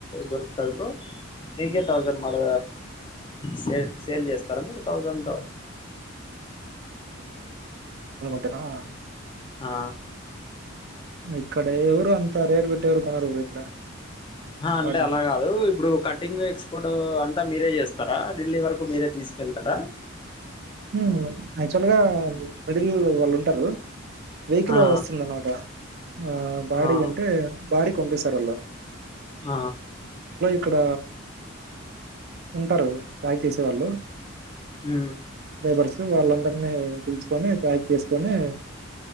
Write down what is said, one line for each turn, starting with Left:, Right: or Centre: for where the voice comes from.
Left: దొరుకుతుంది బ్రో నీకే థౌసండ్ మ త స సేల్ చేస్తారా మీరు థౌసండ్తో
Right: ట
Left: ఆ
Right: ఇక్కడ ఎవరు అంత రేట్పెట్టి ఎవరు కొనరు బ్రో ఇక్కడ
Left: ఆ అంటే
Right: వాటిని
Left: అలా కాదు ఇప్పుడు కటింగ్ ఎక్స్పర్ట్ అంటే అంత మీరే చేస్తారా ఢిల్లీ వరకు మీరే తీసుకెళ్తారా
Right: హ్మ్ యాక్చువల్గా మిడిల్ వాళ్ళు ఉంట ఉంటారు వెహికల్
Left: ఆ
Right: వస్తుంద అనమాట ఆ బాడీ
Left: ఆ
Right: అంటే బాడికి పంపిస్తారులు
Left: హ
Right: ఇక్కడ ఉంటారు ప్యాక్ చేసేవాళ్ళు
Left: ఆ
Right: లేబర్స్ వాళ్ళందరినీ పిలుచుకొని ప్యాక్ చేసుకొని